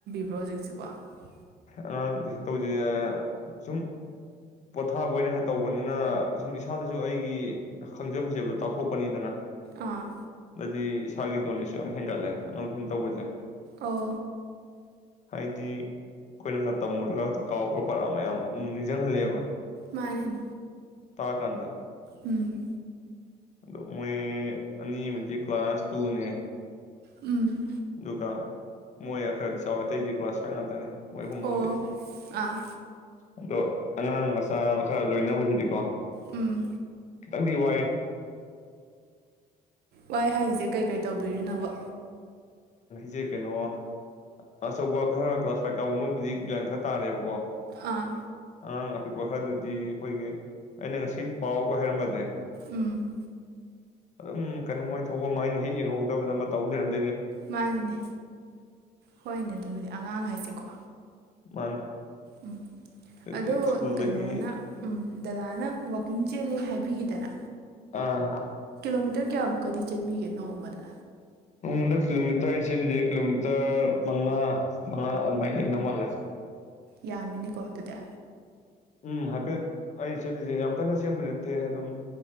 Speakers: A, on the right; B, on the left.
A: <unintelligible>
B: ꯑꯉꯥꯡ ꯇꯨꯏꯁꯟ ꯇꯧꯕꯥꯖꯦ ꯁꯨꯝ ꯄꯣꯊꯥꯕ ꯑꯣꯏꯅꯒ ꯇꯧꯕꯅꯤꯅ ꯁꯨꯝ ꯏꯁꯥꯗꯁꯨ ꯑꯩꯒꯤ ꯈꯪꯖ ꯍꯩꯖꯕꯗꯣ ꯇꯥꯛꯊꯣꯛꯄꯅꯤꯗꯅ
A: ꯑꯥ
B: ꯑꯗꯤ ꯏꯁꯥꯒꯤ ꯅꯣꯂꯦꯖꯁꯨ ꯌꯥꯝ ꯍꯦꯟꯒꯠꯂꯦ ꯑꯉꯥꯡ ꯇꯨꯏꯁꯟ ꯇꯧꯕꯖꯦ
A: ꯑꯣ
B: ꯍꯥꯏꯗꯤ ꯑꯈꯣꯏꯅꯒ ꯇꯝꯃꯨꯔꯒ ꯀꯥꯎꯈ꯭ꯔ ꯄꯔꯥ ꯃꯌꯥꯝ ꯑꯃꯨꯛ ꯅꯤꯡꯖꯪꯍꯜꯂꯦꯕ
A: ꯃꯥꯅꯤ
B: ꯇꯥ ꯀꯥꯟꯗ
A: ꯎꯝ
B: ꯑꯗꯣ ꯃꯣꯏ ꯑꯅꯤꯃꯗꯤ ꯀ꯭ꯂꯥꯁ ꯇꯨꯅꯦ
A: ꯎꯝ
B: ꯑꯗꯨꯒ ꯃꯣꯏ ꯈꯔ ꯆꯥꯎ ꯑꯇꯩꯗꯤ ꯀ꯭ꯂꯥꯁ ꯐꯥꯏꯚ ꯉꯥꯛꯇꯅꯤ ꯃꯣꯏ ꯑꯍꯨꯝ
A: ꯑꯣ
B: ꯑꯃꯗꯤꯗꯤ
A: ꯑꯥ
B: ꯑꯗꯣ ꯑꯉꯥꯡ <unintelligible> ꯈꯔ ꯂꯣꯏꯅꯕꯁꯤꯗꯤꯀꯣ
A: ꯎꯝ
B: ꯈꯤꯇꯪꯗꯤ ꯋꯥꯏꯌꯦ
A: ꯋꯥꯏ ꯍꯥꯏꯁꯦ ꯀꯩꯀꯩ ꯇꯧꯕꯤꯔꯤꯅꯣꯕ
B: ꯁꯦ ꯀꯩꯅꯣ ꯑꯆꯧꯕ ꯈꯔ ꯀ꯭ꯂꯥꯁ ꯐꯥꯏꯚ ꯀꯥꯕ ꯃꯣꯏꯕꯨꯗꯤ ꯒ꯭ꯌꯥꯟ ꯈꯔ ꯇꯥꯔꯦꯕ
A: ꯑꯥ
B: ꯑꯉꯥꯡ ꯑꯄꯤꯛꯄ ꯈꯔꯗꯨꯗꯤ ꯑꯈꯣꯏꯒꯤ ꯑꯩꯅꯒ ꯁꯤ ꯄꯥꯎꯒ ꯍꯥꯏꯔꯝ <unintelligible>
A: ꯎꯝ
B: ꯑꯗꯨꯝ ꯀꯩꯅꯣꯃꯣꯏ ꯊꯣꯛꯄꯃꯥ ꯏꯩꯅ ꯍꯦꯛ ꯌꯦꯡꯍꯧꯗꯕꯗ ꯑꯃ ꯇꯧ ꯂꯩꯔꯝ
A: ꯃꯥꯅꯤꯅꯦ ꯍꯣꯏꯅꯦ ꯑꯗꯨꯕꯨꯗꯤ ꯑꯉꯥꯡ ꯍꯥꯏꯁꯦꯀꯣ
B: ꯃꯥꯅꯦ
A: ꯎꯝ
B: ꯑꯗꯨꯗꯤ
A: ꯑꯗꯣ
B: ꯁ꯭ꯀꯨꯜꯗꯒꯤ
A: ꯀꯩꯅꯣꯅ ꯎꯝ ꯗꯗꯥꯅ ꯋꯥꯛꯀꯤꯡ ꯆꯦꯜꯂꯦ ꯍꯥꯏꯕꯤꯒꯤ ꯗꯥꯅ
B: ꯑꯥ
A: ꯀꯤꯂꯣꯃꯤꯇꯔ ꯀꯌꯥꯃꯨꯛꯀꯗꯤ ꯆꯟꯕꯤꯒꯦ ꯅꯣꯡꯃꯗ
B: ꯎꯗ ꯀꯂꯣꯃꯤꯇꯔ ꯑꯩꯟ ꯆꯦꯂꯤꯁꯦ ꯀꯂꯣꯃꯤꯇꯔ ꯃꯉꯥ ꯃꯉꯥ ꯑꯦꯗꯨꯃꯥꯏꯟ ꯂꯩꯔꯝꯗꯧ ꯃꯥꯜꯂꯦ
A: ꯌꯥꯝꯃꯤꯅꯤꯀꯣ ꯑꯗꯨꯗ
B: ꯎꯝ ꯍꯥꯏꯐꯦꯠ ꯑꯩ ꯆꯦꯠꯂꯤꯁꯦ ꯌꯥꯝ ꯀꯟꯅ ꯁꯦꯝꯦꯟꯕꯗꯤ ꯅꯠꯇꯦ ꯑꯗꯨꯝ